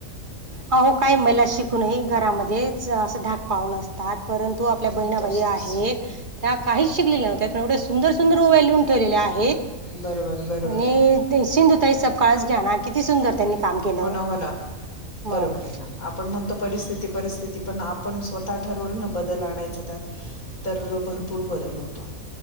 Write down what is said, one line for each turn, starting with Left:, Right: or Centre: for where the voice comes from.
Right: ह हो काही महिला शिकूनही घरामध्ये अस धाक पाव न असतात परंत तो आपल्या बहिणाबाई
Left: तोच तोच
Right: आहे त्या काहीच शिकलेल्या नव्हत त्यात एवढ्या सुंदर सुंदर ओवॅ ल्यून ठेवल्या आहेत
Left: बरोबर बरोबर
Right: आणि
Left: आहे ना
Right: शिंधुताई सकाळच घ्या ना किती सुंदर त्यांनी काम केलं
Left: हो ना हो ना
Right: मग
Left: बरोबर आहे ना आपण ण परि परिथि पण आपण स्वतः ठ बदल आणा त्या भरपर पूर बदल होतो